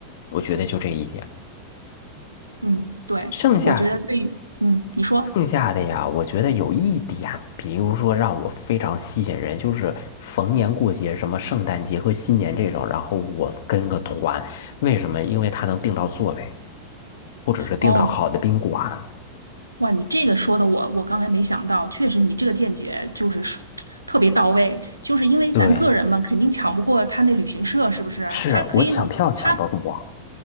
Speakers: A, on the left (about 55°); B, on the right (about 85°).
A: 我觉得就这一点。
B: 嗯，对，
A: 剩下
B: 我觉得对于，嗯，你说。
A: 剩下的呀，我觉得有一点，比如说让我非常吸引人，就是逢年过节，什么圣诞节和新年这种，然后我跟个团，为什么？因为他能订到座位，或者是订到好的宾馆。
B: 哦，哇，你这个说的我我刚才没想到，确实你这个见解就是说特别到位，就是因为咱个人嘛，
A: 对，
B: 肯定抢不过他那旅行社，是不是啊？
A: 是我抢票抢不过。
B: 他可以哪，他